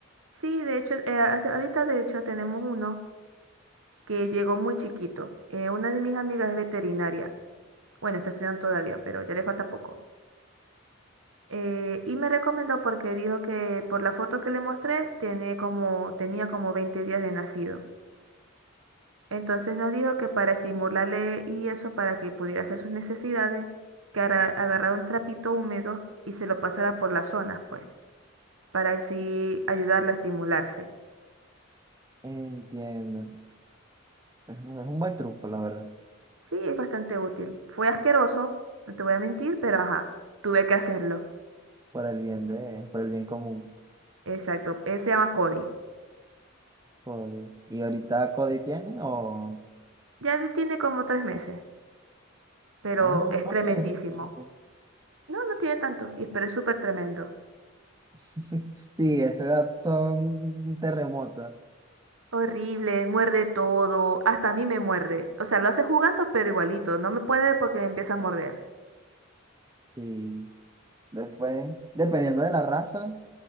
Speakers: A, on the right (about 80°); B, on the right (about 20°).
A: Sí, de hecho, eh, hace- ahorita de hecho tenemos uno. que llegó muy chiquito. Eh, una de mis amigas es veterinaria. Bueno, está estudiando todavía, pero ya le falta poco. Eh, y me recomendó porque dijo que por la foto que le mostré tiene como, tenía como 20 días de nacido. Entonces nos dijo que para estimularle y eso, para que pudiera hacer sus necesidades, que ara- agarrara un trapito húmedo y se lo pasara por las zonas, pues, para así ayudarlo a estimularse.
B: Entiendo. Es un es un buen truco, la verdad,
A: Sí, es bastante útil. Fue asqueroso, no te voy a mentir, pero ajá, tuve que hacerlo.
B: por el bien de, por el bien común.
A: Exacto, él se llama Cody.
B: Cody. ¿Y ahorita Cody tiene o...?
A: Ya de- tiene como tres meses, pero
B: Ah,
A: es
B: ok,
A: tremendísimo.
B: reciente.
A: No, no tiene tanto, y- pero es súper tremendo.
B: <laughs> Sí, a esa edad son terremotos.
A: Horrible, muerde todo, hasta a mí me muerde. O sea, lo hace jugando, pero igualito, no me puede porque me empieza a morder.
B: Sí. Después, dependiendo de la raza,